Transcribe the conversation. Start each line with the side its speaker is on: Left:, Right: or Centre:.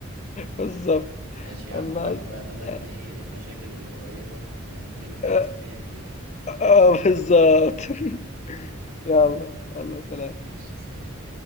Left: بالضبط.
Right: ماشي يا
Left: والله
Right: عم روح
Left: <laughs>
Right: بقى بدل
Left: آه,
Right: ما ايه المشاكل اللي قريبة اللي كنا بنتكلم فيها
Left: آه,
Right: من شوية تجيلك
Left: آه بالظبط <laughs> يلا يلا سلام
Right: ماشي سلام